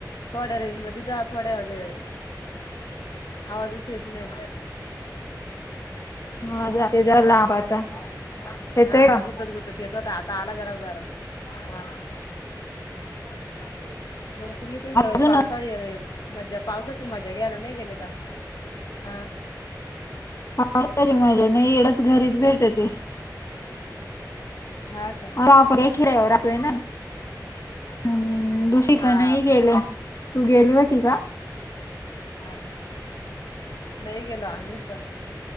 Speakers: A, on the left (about 65°); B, on the left (about 45°).
A: थोड्या रेंज मध्ये जा थोड्या वेळ आवाजचेत नाहीय
B: ह जाते जरा लांब आता येतोय
A: हा
B: का
A: गुतत गुतत येत होता. आता आला जरा बरा हां व मग तुम्हीु
B: अजून
A: पावसाळी मजा पावसाची म्जा घ्यायला नाही गेले का? अ
B: पात रे माझ्या नाही एवढंच घरीच भेटत
A: हा का
B: म आप एकील राहतोय ना हम् दुसिकन
A: हा
B: ह गेले तू गेली होती का
A: हा ना नाही गेलो आम्ही पण